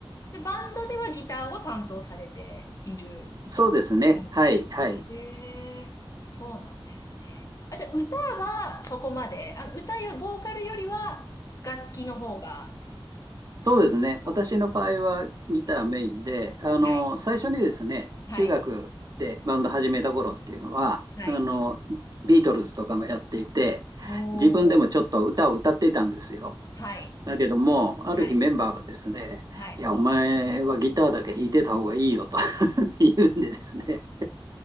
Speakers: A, on the left (about 35°); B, on the right (about 40°).
A: で、バンドではギターを担当されている、いたなんです
B: そうですね。はい、はい。
A: ね。へえそうなんですね。あ、じゃあ歌はそこまで、あの、歌よ、ボーカルよりは楽器の方が好きなんですか
B: そうですね。私の場合はギターメインで、あの、
A: はい。
B: 最初にですね、
A: はい。
B: 中学でバンド始めた頃っていうのは、
A: はい。
B: あの、ビートルズとかもやっていて、
A: おー。
B: 自分でもちょっと歌を歌っていたんですよ。
A: はい。
B: だけども、ある日メンバーがですね、
A: はい。はい。
B: いや、お前はギターだけ弾いてた方がいいよと <laughs> 言うんでですね、